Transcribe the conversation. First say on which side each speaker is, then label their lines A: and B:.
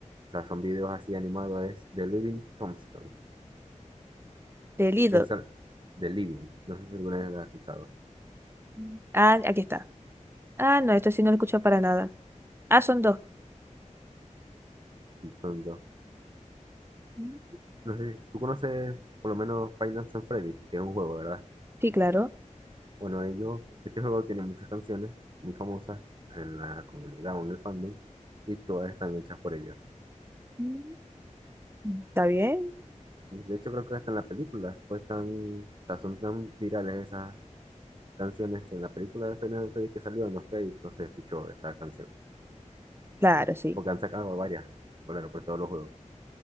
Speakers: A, on the right; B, on the right.
A: o sea, son videos así animados, es The Living Tombstone.
B: De Lido.
A: Es el- The Living, no sé si alguna vez la has escuchado.
B: Mm. Ah, aquí está. Ah, no, esto sí no lo he escuchado para nada. Ah, son dos.
A: Y son dos.
B: Mm.
A: No sé, tú conoces por lo menos Five Nights at Freddy, que es un juego, ¿verdad?
B: Sí, claro.
A: Bueno, ellos, este juego tiene muchas canciones muy famosas en la comunidad o en el fandom, y todas están hechas por ellos.
B: Mm. ¿Está bien?
A: De hecho, creo que hasta en la película fue tan, o sea, son tan virales esas canciones que en la película de Final Fantasy que salió en los créditos se escuchó esa canción.
B: Claro, sí.
A: Porque han sacado varias eh, por, por todos los juegos.